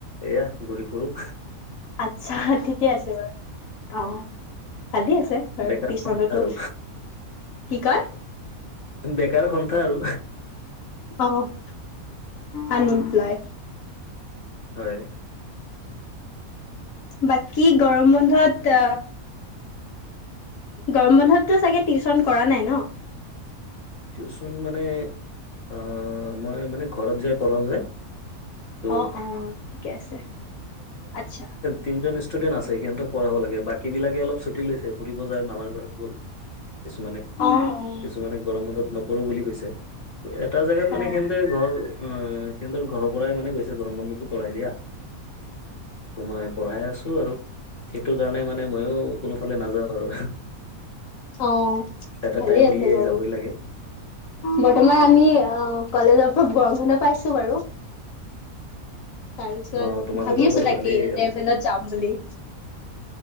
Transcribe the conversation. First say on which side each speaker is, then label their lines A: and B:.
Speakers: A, on the left; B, on the left.
A: এয়া ঘূৰি ফুুৰো।
B: আচ্ছা ঠিকে আছে বাৰু। অ'। ভালি আছে আৰু
A: বেকাৰ
B: পিছলৈতো,
A: সন্থা আৰু
B: কি কয়?
A: বেকাৰ সন্থা আৰু।
B: অ', আনএমপ্লয়।
A: হয়।
B: বাকী গৰম বন্ধত তা, গৰম বন্ধততো চাগে টিউচন কৰা নাই ন।
A: টিউচন মানে, অ', মই মানে ঘৰত যাই পঢ়াওঁ যে। ত'
B: অ', অ', ঠিকে আছে। আচ্ছা।
A: তিনিজন ষ্টুডেণ্ট আছে সিহঁতক পঢ়াব লাগে বাকী বিলাকে অলপ ছুটী লৈছে, ফুৰিব যায় মামাৰ ঘৰত গ'ল। কিছুমানে,
B: অ অ
A: কিছুমানে গৰম বন্ধত নপৰো বুলি কৈছে, এটা জোগাত
B: অ
A: মানে সিহঁতে ঘৰ, অ', সিহঁতৰ ঘৰৰ পৰাই মানে কৈছে গৰম বন্ধটো পৰাই দিয়া। ত' মই পঢ়াই আছো আৰু। সেইটো কাৰণে মানে মইয়ো কোনোফালে নাযাওঁ আৰু।
B: অ'ভালেই
A: এটা টাইম উলিয়াই
B: আছে বাৰু।
A: যাবই লাগে
B: বৰ্তমান আমি, অ', কলেজৰ পৰা গৰম বন্ধ পাইছো বাৰু। তাৰ পিছত
A: অ তোমালোকৰ
B: ভাবি আছো
A: বাৰু
B: তাকে,
A: ভালেই আৰু
B: ডেৰাডুনত যাম বুলি।